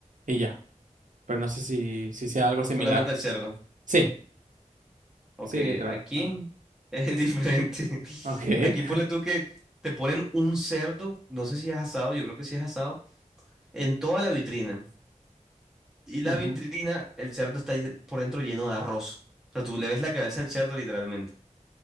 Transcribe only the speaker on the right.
Y ya, pero no sé si, si sea algo
similar.
Sí,
sí, literal.
Ajá.
Okay,
Ujú.